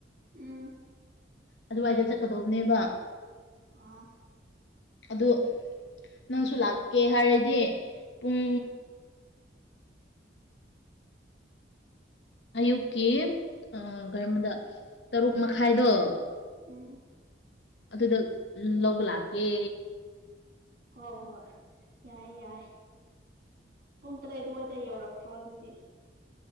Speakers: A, on the right; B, on the left.
A: ꯎꯝ
B: ꯑꯗꯨꯋꯥꯏꯗ ꯆꯠꯀꯗꯧꯕꯅꯦꯕ
A: ꯑ
B: ꯑꯗꯨ ꯅꯪꯁꯨ ꯂꯥꯛꯀꯦ ꯍꯥꯏꯔꯗꯤ ꯄꯨꯡ
A: ꯎꯝ
B: ꯑꯌꯨꯛꯀꯤ ꯀꯩꯅꯝꯕꯗ ꯇꯔꯨꯛ ꯃꯈꯥꯏꯗꯣ
A: ꯎꯝ
B: ꯑꯗꯨꯗ ꯂꯧꯕ ꯂꯥꯛꯀꯦ
A: ꯍꯣꯏ ꯍꯣꯏ ꯌꯥꯏ ꯌꯥꯏ ꯄꯨꯡ ꯇꯔꯦꯠ ꯑꯗꯨꯋꯥꯏꯗ ꯌꯧꯔꯛꯈ꯭ꯔꯣ ꯑꯗꯨꯗꯤ